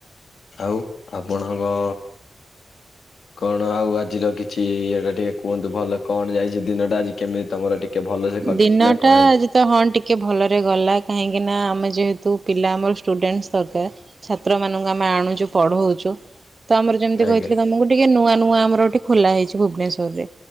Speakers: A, on the left; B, on the right.
A: ଆଉ ଆପଣଙ୍କ
B: <inaudible>
A: କଣ ଆଉ ଆଜିର କିଛି ଇଏ ଟା ଟିକେ କୁହନ୍ତୁ ଭଲ କଣ ଯାଇଛି ଦିନଟା ଆଜି କେମିତି ତମର ଟିକେ? ଟିକେ ଭଲ ରେ କଟିଛି
B: ଦିନଟା
A: ନା କଣ ହେଇଛି?
B: ଆଜି ତ ହଁ ଟିକେ ଭଲରେ ଗଲା କାହିଁକି ନା ଆମେ ଯେହେତୁ ପିଲା ଆମର ଷ୍ଟୁଡେଣ୍ଟ ସରକାର। ଛାତ୍ରମାନଙ୍କୁ ଆମେ ଆଣୁଛୁ ପଢ଼ଉଛୁ। ତ ଆମର ଯେମିତି
A: ଆଜ୍ଞା
B: କହିଥିଲି ତମକୁ ଟିକେ ନୂଆ ନୂଆ ଆମର ଏଠି ଖୋଲାହେଇଚି ଭୁବନେଶ୍ଵରରେ,